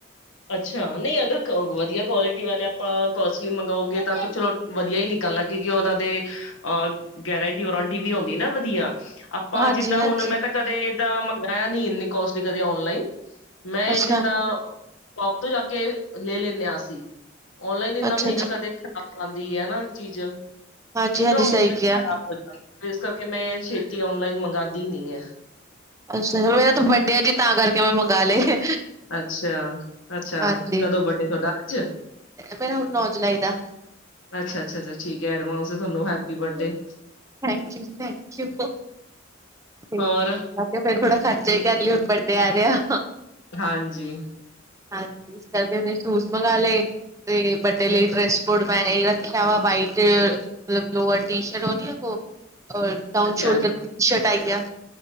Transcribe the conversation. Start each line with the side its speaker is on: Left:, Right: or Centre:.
Left: ਅੱਛਾ ਨਈ ਅਗਰ ਕੋ ਵਧੀਆ ਕੁਆਲਿਟੀ ਵਾਲੇ ਆਪਾਂ ਕੋਸਟਲੀ ਮੰਗਾਓਗੇ ਤਾਂ ਚਲੋ ਵਧੀਆ ਹੀ ਨਿਕਲਣਾ ਕਿਉਂਕਿ ਓਨਾ ਤੇ ਅਹ ਗਰੰਟੀ ਵਰੰਟੀ ਵੀ ਆਉਂਦੀ ਨਾ ਵਧੀਆ। ਆਪਾਂ
Right: ਹਾਂਜੀ
Left: ਜਿੱਦਾਂ
Right: ਹਾਂਜੀ
Left: ਹੁਣ ਮੈਂ ਤਾਂ ਕਦੇ ਏਦਾਂ ਮੰਗਾਇਆ ਨੀ ਇੰਨੀ ਕੋਸਟ ਵੀ ਕਦੇ ਔਨਲਾਈਨ। ਮੈਂ
Right: ਅੱਛਾ
Left: ਜਿੱਦਾਂ ਸ਼ੋਪ ਤੋਂ ਜਾ ਕੇ ਲੈ ਲੈਂਨੇ ਆ ਅਸੀਂ ਓਨਲਾਈਨ ਇੰਨਾ
Right: ਅੱਛਾ
Left: ਮਹਿੰਗਾ
Right: ਅੱਛਾ
Left: ਕਦੇ ਆਦੀ ਐ ਨਾ ਚੀਜ਼
Right: ਹਾਂਜੀ
Left: ਫਿਰ
Right: ਹਾਂਜੀ
Left: ਓ ਮੂਡ
Right: ਸਹੀ
Left: ਈ ਖਰਾਬ
Right: ਕਿਹਾ
Left: ਹੋ ਜਾਦਾ। ਇਸ ਕਰਕੇ ਮੈਂ ਛੇਤੀ ਔਨਲਾਈਨ ਮੰਗਾਦੀ ਨੀ ਐ।
Right: ਅੱਛਾ-ਅੱਛਾ ਮੇਰਾ ਤਾਂ ਬੱਡੇ ਆ ਜੀ ਤਾਂ ਕਰਕੇ ਮੈਂ ਮੰਗਵਾ ਲਏ।
Left: ਅੱਛਾ-ਅੱਛਾ
Right: ਹਾਂਜੀ,
Left: ਕਦੋਂ ਵੱਡੇ ਤੁਹਾਡਾ ਅੱਜ?
Right: ਮੇਰਾ ਹੁਣ ਨੌ ਜਲਾਈ ਦਾ।
Left: ਅੱਛਾ-ਅੱਛਾ ਠੀਕ ਏ ਐਡਵਾਸਂ ਤੁਹਾਨੂੰ happy birthday.
Right: Thank you thank you ਕੇ
Left: ਹੋਰ
Right: ਫੇਰ ਥੋੜਾ ਖਰਚਾ ਹੀ ਕਰ ਲਈਏ ਹੁਣ ਵੱਡੇ ਆ ਰੀਆ
Left: ਹਾਂਜੀ
Right: ਹਾਂਜੀ ਇਸ ਕਰਕੇ ਮੈ ਸ਼ੂਜ ਮੰਗਾ ਲਏ ਤੇ ਵੱਡੇ ਲਈ
Left: ਹਾਂਜੀ,
Right: ਡਰੈਸ ਟ ਮੈਂ ਏਈ ਰੱਖਿਆ ਵਾ ਬਾਈਟ ਚ ਮਤਲਬ ਲੋਅਰ ਟੀ ਸ਼ਰਟ ਹੋਦੀ ਓ, ਓ ਔਰ ਡਾਊਨ ਸ਼ੋਲਡਰ
Left: ਹਾਂਜੀ,
Right: ਟੀ ਸ਼ਰਟ ਆਈ ਆ